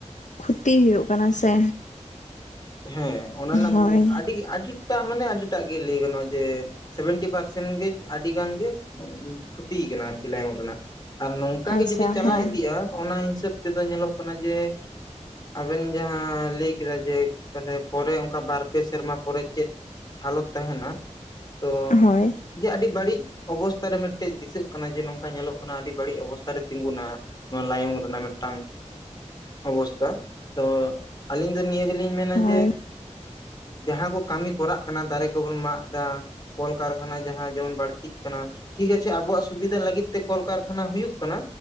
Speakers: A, on the left; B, on the left.
A: ᱠᱷᱩᱛᱤ ᱦᱩᱭᱩᱜ ᱠᱟᱱᱟ ᱥᱮ᱾
B: ᱦᱮᱸ, ᱚᱱᱟ ᱨᱮᱱᱟᱜ
A: ᱦᱳᱭ
B: ᱵᱩ, ᱟᱹᱰᱤ ᱟᱹᱰᱤᱴᱟ ᱢᱟᱱᱮ ᱟᱹᱰᱤᱴᱟᱜ ᱜᱮ ᱞᱟᱹᱭ ᱜᱟᱱᱚᱜᱼᱟ᱾ ᱡᱮ ᱥᱮᱵᱷᱮᱱᱴᱤ ᱯᱟᱨᱥᱮᱱ ᱜᱮ ᱾ᱟᱹᱰᱤ ᱜᱟᱱᱜᱮ, ᱠᱷᱚᱛᱤᱭ ᱠᱟᱱᱟ ᱟᱨᱠᱤ ᱞᱟᱭᱚᱝ ᱨᱮᱱᱟᱜ᱾ ᱟᱨ ᱱᱚᱝᱠᱟ
A: ᱟᱪᱪᱷᱟ
B: ᱜᱮ ᱡᱩᱫᱤ ᱪᱟᱞᱟᱣ
A: ᱦᱮᱸ
B: ᱤᱫᱤᱜᱼᱟ᱾ ᱚᱱᱟ ᱦᱤᱥᱟᱹᱵᱽ ᱛᱮᱫᱚ ᱧᱮᱞᱚᱜ ᱠᱟᱱᱟ ᱡᱮᱼᱼ ᱟᱵᱮᱱ ᱡᱟᱦᱟᱸ ᱞᱟᱹᱭ ᱠᱮᱫᱟ ᱡᱮ, ᱛᱟᱦᱞᱮ ᱯᱚᱨᱮ ᱚᱱᱠᱟ ᱵᱟᱨ ᱯᱮ ᱥᱮᱨᱢᱟ ᱯᱚᱨᱮ ᱪᱮᱫᱼᱼ ᱦᱟᱞᱚᱛ ᱛᱟᱦᱮᱱᱟ᱾ ᱛᱚ
A: ᱦᱳᱭ᱾
B: ᱡᱮ ᱟᱹᱰᱤ ᱵᱟᱹᱲᱤᱡ ᱚᱵᱚᱥᱛ ᱨᱮ ᱢᱤᱫᱴᱮᱡ ᱫᱤᱥᱟᱹᱜ ᱠᱟᱱᱟ ᱾ ᱡᱮ ᱱᱚᱝᱠᱟ ᱧᱮᱞᱚᱜ ᱠᱟᱱᱟ᱾ ᱟᱹᱰᱤ ᱵᱟᱹᱲᱤᱡ ᱚᱵᱚᱥᱛᱮ ᱛᱤᱸᱜᱩᱱᱟ᱾ ᱱᱚᱣᱟ ᱞᱟᱭᱚᱝ ᱨᱮᱱᱟᱜ ᱢᱤᱫᱴᱟᱝ ᱚᱵᱚᱥᱛᱷᱟ ᱾ᱛᱚ ᱟᱹᱞᱤᱧ ᱫᱚ ᱱᱤᱭᱟᱹ ᱜᱮᱼᱼ ᱟᱞᱤᱧ ᱢᱮᱱᱟ
A: ᱦᱳᱭ
B: ᱡᱮ, ᱡᱟᱦᱟᱸ ᱠᱚ ᱠᱟᱹᱢᱤ ᱠᱚᱨᱟᱜ ᱠᱟᱱᱟ ᱾ ᱫᱟᱨᱮ ᱠᱚᱵᱚᱱ ᱢᱟᱜ ᱫᱟᱼᱼ ᱠᱚᱞ ᱠᱟᱨᱠᱷᱟᱱᱟ ᱡᱟᱦᱟᱸ ᱡᱮᱢᱚᱱ ᱵᱟᱹᱲᱛᱤᱜ ᱠᱟᱱᱟ᱾ ᱴᱷᱤᱠ ᱟᱪᱷᱮ ᱟᱵᱚᱣᱟᱜ ᱥᱩᱵᱤᱫᱷᱟ ᱞᱟᱹᱜᱤᱫ ᱛᱮ, ᱠᱚᱞ ᱠᱟᱨᱠᱷᱟᱱᱟ ᱦᱩᱭᱩᱜ ᱠᱟᱱᱟ᱾